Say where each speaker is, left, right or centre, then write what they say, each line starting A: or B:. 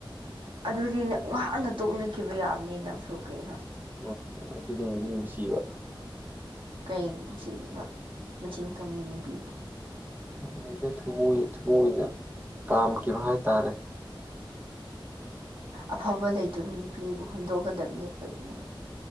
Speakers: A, on the right (about 70°); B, on the right (about 20°).
A: ꯑꯗꯨꯗꯤ ꯅꯪ ꯉꯍꯥꯟꯅ ꯇꯣꯛꯅꯤꯡꯈꯤꯕ ꯌꯥꯕꯅꯤ ꯅꯪꯁꯨ ꯀꯩꯅꯣ
B: ꯎ ꯑꯗꯨꯗꯨꯃꯗꯤ ꯅꯨꯡꯁꯤꯕ
A: ꯀꯩꯒꯤꯅꯣ ꯁꯤꯕ ꯃꯆꯤꯟ ꯀꯕꯨꯅꯄꯤꯕꯣ
B: ꯈꯗꯤ ꯊꯨꯝꯃꯣꯏꯏ ꯊꯨꯝꯃꯣꯏꯏꯅ ꯄꯥꯝꯈꯤꯕ ꯍꯥꯏꯇꯥꯔꯦ
A: ꯑꯐꯕ ꯂꯩꯇꯕ ꯅꯨꯄꯤꯕꯨ ꯍꯨꯟꯗꯣꯛꯀꯗꯕꯅꯤ ꯀꯔꯤꯅꯣ